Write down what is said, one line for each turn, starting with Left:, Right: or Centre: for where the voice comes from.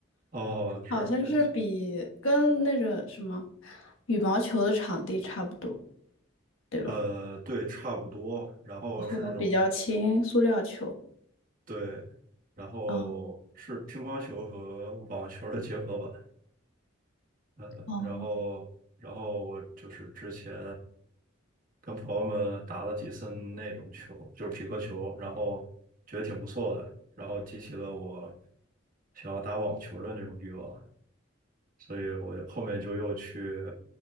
Right: 哦，是那
Left: 好像是比跟那个什么羽毛球的场地差不多，对吧？
Right: 呃，对，差不多，然后是那种
Left: 然后比较轻，塑料球。
Right: 对，然后是乒乓球和网球的结合版。
Left: 哦
Right: 嗯，
Left: 哦，
Right: 然后然后我就是之前跟朋友们打了几次那种球，就是匹克球，然后觉得挺不错的，然后激起了我想要打网球的那种欲望，所以我就后面就又去